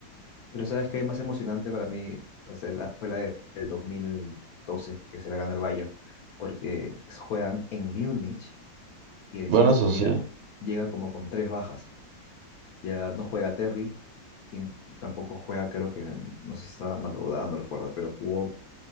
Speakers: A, on the left; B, on the right.
A: Pero ¿sabes qué? Más emocionante para mí fue la, fue la de- del 2012 que se la gana el Bayern, porque juegan en Múnich y el
B: Bueno,
A: Chelsea
B: eso
A: llega,
B: sí.
A: llega como con tres bajas. Ya no juega Terry, y tampoco juega, creo que, no sé si estaba malogrado, no recuerdo, pero jugó